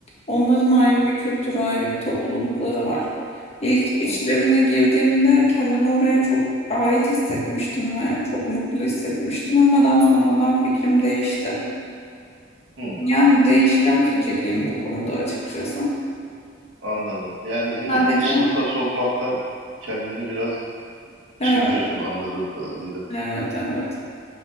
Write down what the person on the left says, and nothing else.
onların ayrı bir kültürü, ayrı bir toplulukları var. İlk
içlerine girdiğimde kendimi oraya çok ait hissetmiştim ve çok mutlu hissetmiştim ama daha sonradan fikrim değişti.
Yani değişken fikirliyim bu konuda açıkçası.
Sadece
evet,
evet, evet.